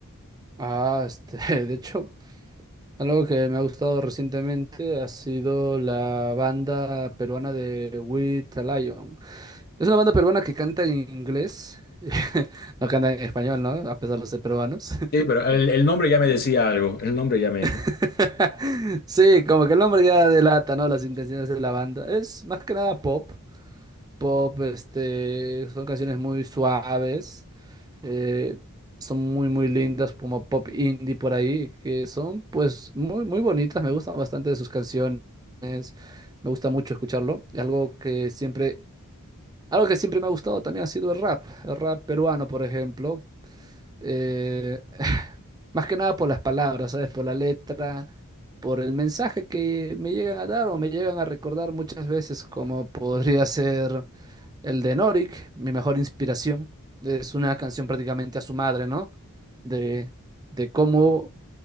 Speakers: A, on the right; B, on the left.
A: Ah, este, <laughs> de hecho, algo que me ha gustado recientemente ha sido la banda peruana de With a Lion. Es una banda peruana que canta en inglés, <laughs> no canta en español, ¿no? A pesar de ser peruanos.
B: Sí, pero el, el nombre ya me decía algo. El nombre ya me...
A: <laughs> Sí, como que el nombre ya delata, ¿no? Las intenciones de la banda. Es más que nada pop, pop, este, son canciones muy suaves. eh, son muy, muy lindas, como pop indie por ahí, que son pues muy, muy bonitas, me gustan bastante sus canciones, me gusta mucho escucharlo. Y Algo que siempre, algo que siempre me ha gustado también ha sido el rap, el rap peruano, por ejemplo eh, <laughs> más que nada por las palabras, ¿sabes? Por la letra, por el mensaje que me llegan a dar o me llegan a recordar muchas veces, como podría ser el de Norik, mi mejor inspiración. Es una canción prácticamente a su madre, ¿no? De, de cómo